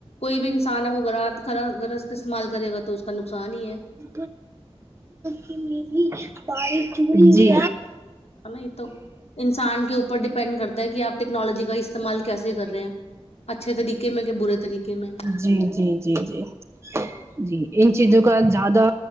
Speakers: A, on the left; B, on the right.
A: کوئی بھی انسان ہے وہ گ کرا گرست استعمال کرے گا تو اس کا نقصان ہی ہے
B: ر کہ میری باری جی
A: ہے نا یہ تو انسان کے اوپر ڈیپینڈ کرتا ہے کہ آپ ٹیکنالوجی کا استعمال کیسے کر رہے ہیں اچھے طریقے میں کہ برے طریقے میں
B: جی جی جی جی جی ان چیزوں کا زیادہ